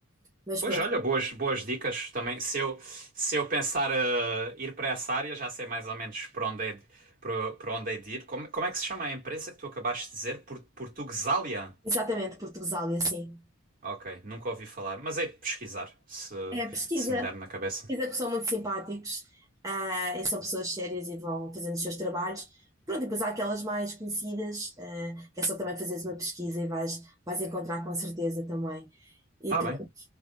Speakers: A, on the right; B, on the right.
A: Mas
B: Pois
A: pronto,
B: olha, boas, boas dicas também. Se eu, se eu pensar eh, ir para essa área, já sei mais ou menos para onde é de, para, para onde é de ir. Como, como é que se chama a empresa que tu acabaste de dizer? Por, Portuguesalia?
A: exatamente, Portugal e assim.
B: Ok, nunca ouvi falar, mas hei de pesquisar se,
A: É, pesquisa,
B: se me der na cabeça.
A: pesquisa porque são muito simpáticos, ah, e são pessoas sérias e vão fazendo os seus trabalhos. Pronto, e depois há aquelas mais conhecidas, ah, que é só também fazeres uma pesquisa e vais, vais encontrar com certeza também. E
B: Tá
A: pronto.
B: bem,